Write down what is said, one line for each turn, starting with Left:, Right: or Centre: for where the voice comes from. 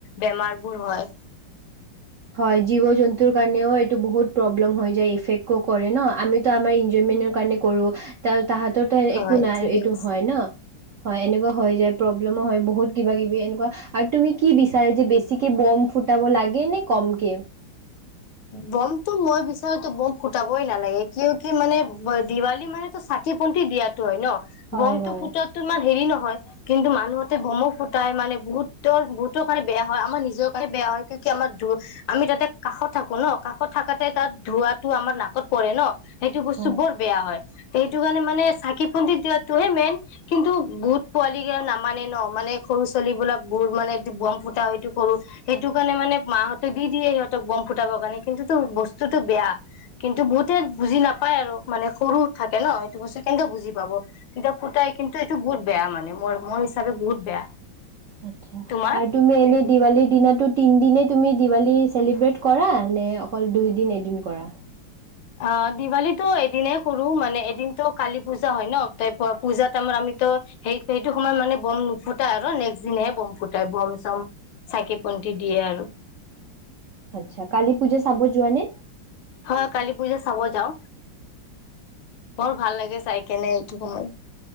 Left: বেমাৰ বোৰ হয়।
Right: হয় জীৱ জন্তুৰ কাৰণেও এইটো বহুত প্ৰব্লেম হৈ যায় এফেক্ট কৰে ন আমিতো আমাৰ এনজয়মেন্টৰ কাৰণে কৰো তাৰ তাহাঁতৰতো
Left: হয়
Right: একো নাই
Left: ঠিকে
Right: এইটো
Left: কৈছে
Right: হয় ন হয় এনেকুৱা হৈ যায় প্ৰব্লেমো হয় বহুত কিবা কিবি এনেকুৱা আৰু তুমি কি বিচাৰে যে বেছিকে বম ফুটাব লাগে নে কমকে
Left: বমটো মই বিচাৰো তো বম ফুটাবই নালাগে কিয় কি মানে দিৱালী মানে তো চাকি বন্তি দিয়া হয় ন
Right: হয়,
Left: বম
Right: হয়,
Left: টো ফুটাতো ইমান হেৰি নহয় কিন্তু মানুহতে বমো ফুটাই মানে বহুতৰ বহুতৰ কাৰণে বেয়া হয় আমাৰ নিজৰ কাৰণে বেয়া হয় কি আমাৰ ধ আমি তাতে কাষত থাকো ন কাষত থাকাতে তাত ধোৱটো আমাৰ নাকত পৰে ন সেইটো বস্তু
Right: হয়।
Left: বৰ বেয়া হয় সেইটো কাৰণে মানে চাকি বন্তি দিয়াতটোহে মেইন কিন্তু বহুত পোৱালি কেই নামানে ন মানে সৰু ছোৱালীবলাক গুুৰ মানে বম ফুটা সেইটো সৰু সেইটো কাৰণে মানে মাহঁতে দি দিয়ে সিহঁতক বম ফ ফুটাবৰ কাৰণে কিন্তুো বস্তুতটো বেয়া কিন্তু বহুতে বুজি নাপায় আৰু মানে সৰু থাকে ন সটো বস্তু কেন্তে বুজি পাব তেতিয়া ফুটাই কিন্তু এইটো বহুত বেয়া মানে মোৰ মোৰ হিচাপে বহুত বেয়া।
Right: আটচ্ছা
Left: তোমাৰ
Right: আৰু তুমি এনেই
Left: কি
Right: দিৱালীৰ দিনাাতো তিন দিনে তুমি দিৱালী চেলিব্ৰেট কৰা নে অকল দুই দিন এদিন কৰা
Left: অ দিৱালীটো এদিনে কৰো মানে এদিনতো কালি পূজা হয় ন তাই পূজাত আমাৰ আমিতো সেই সেইটো সময়ত মানে বম নুফুটাই আৰু নেক্সট দিনহে বম ফুটাই বম চম চাকি বন্তি দিয়ে আৰু।
Right: আচ্ছা কালী পূজা চাব যোৱা নে?
Left: হয় কালি পুজা চাব যাওঁ বৰ ভাল লাগে চাই কেনে এইটো সময়